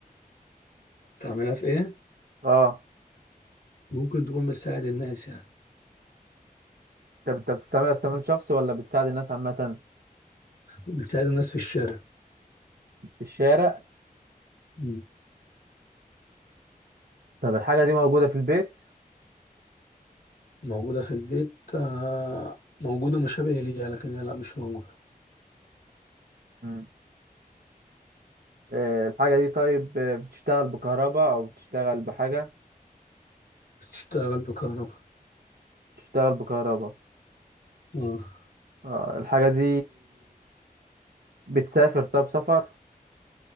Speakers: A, on the left; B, on the right.
A: بستعملها في إيه؟
B: اه
A: ممكن تكون بتساعد الناس يعني
B: طب انت بتستعملها استعمال شخصي ولا بتساعد الناس عامة
A: بتساعد الناس في الشارع
B: في الشارع
A: مم.
B: طب الحاجة دي موجودة في البيت
A: موجودة في البيت آه، موجودة مشابهة ليها لكن هي لا مش موجودة
B: مم. آه، الحاجة دي طيب آه، بتشتغل بكهرباء أو بتشتغل بحاجة
A: بتشتغل بكهرباء
B: بتشتغل بكهرباء
A: آه.
B: اه الحاجة دي بتسافر طب سفر